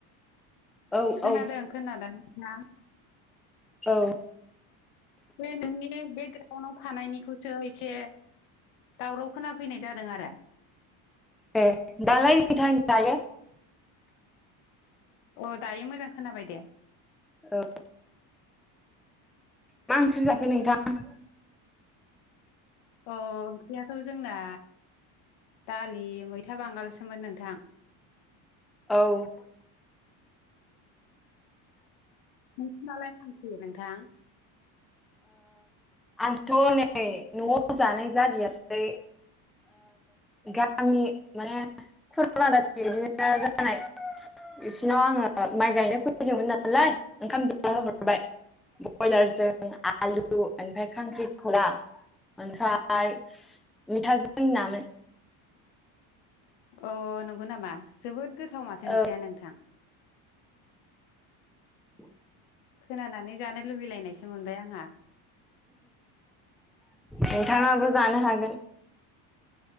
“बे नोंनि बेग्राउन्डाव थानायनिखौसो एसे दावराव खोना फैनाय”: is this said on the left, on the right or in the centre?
Left